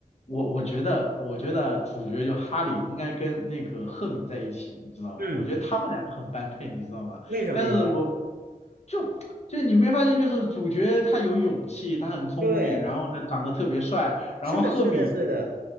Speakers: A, on the left (about 45°); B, on the right (about 85°).
A: 我我觉得，我觉得主角就哈利应该跟那个赫敏在一起，你知道吗？
B: 嗯，
A: 我觉得他们两个很般配，你知道吗？
B: 为什么呀？
A: 但是我就就你没发现，就是主角他有勇气，他很聪明，
B: 对，
A: 然后呢长得特别帅，然后赫敏
B: 是的，是的，是的，